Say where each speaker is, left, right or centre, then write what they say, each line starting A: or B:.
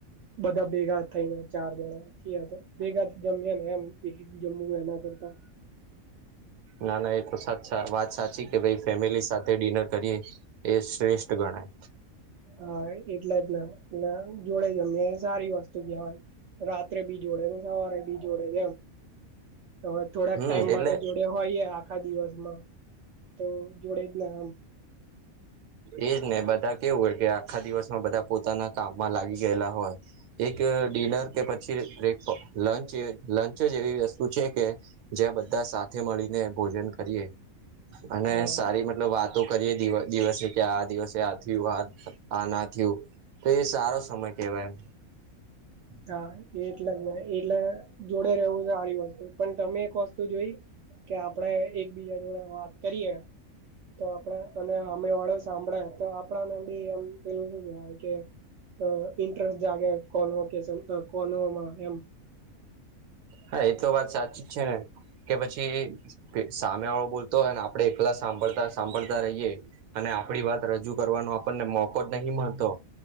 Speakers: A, on the right; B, on the right.
A: બધા ભેઘા તઈન ચાર વખત કેયે <inaudible> <inaudible> ભેગા જમ્યા ને એમ એક એક જમ્મુ એના કરતા
B: ના ના એ તો સાા વાત સાચી કે ભાઈ ફેમિલી સાથે તે ડિનર કરીએ એ શ્રેષ્ઠ ગણાય
A: હા એટલા જ ને એ જોડે જમે સારી વાત તો કહેવાય રાત્રે બી જોડે સવારે બી જોડે એમ હવે થોડાક
B: હમ
A: ટાઈમ
B: એટલે
A: માટે જોડે હોઈએ આ આખા દિવસમાં તો જોડે જ ને આમ
B: એજ ને બધા કેવું હોય કે આખા દિવસમાં બધા પોતાના કામમાં લાગી ગયેલા હોય. એક ડિનર કે પછી બ્રેક લંચ લંચ જ એવી વસ્તુ છે કે જ્યા બધા સાથે મળીને ભોજન કરીએ અને
A: હા
B: સારી વાતો કરીએ દિ દિવસે કે આ દિવસે આ થીવ આ આ ના થીવ. તો એ સારો સમય કેવાય એમ.
A: તા એટલે એટલે જોડે રહેવું છે સારી વસ્તુ પણ તમે એક વસ્તુ જોઈ કે આપણે એકબીજા જોડે વાત કરીએ તો આપણે અને હામે વાળો સાંભળે તો આપણાને બી એમ પેલું શું કવાય કે અ ઇન્ટરેસ્ટ જાગે કોલો <inaudible> કે કોમાં
B: હા એ તો વાત સાચી જ છે ને કે પછી, કે સામે વાળો બોલતો હોય ને આપડે એકલા સાંભળતા સાંભળતા રહીયએ અને આપડી વાત રજૂ કરવાનો આપણને મોકો જ નહી મળતો